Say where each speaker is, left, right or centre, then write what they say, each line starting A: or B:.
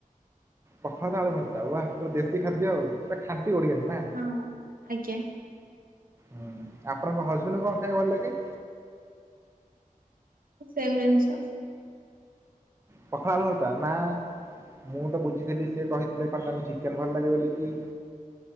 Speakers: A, on the right; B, on the right.
A: ପଖାଳ ତ ଆଳୁ ଭର୍ତ୍ତା ୱା ପୁରା ଦେଶୀ ଖାଦ୍ୟ ଆଉ ପୁରା ଖାଣ୍ଟି ଓଡିଆଣି ନା।
B: ହଁ। ଆଜ୍ଞା
A: ହୁଁ ଆପଣଙ୍କ ହଜବେଣ୍ଡ କଣ ଖାଇବାକୁ ଭଲ ଲାଗେ?
B: ସେମ୍ ଜିନିଷ।
A: ପଖାଳ ଭର୍ତ୍ତା ନା ମୁଁ ତ ବୁଝିଥିଲି ସେ କହିଥିଲେ କଣ ତାଙ୍କୁ ଚିକେନ୍ ଭଲ ଲାଗେ ବୋଲିିକି।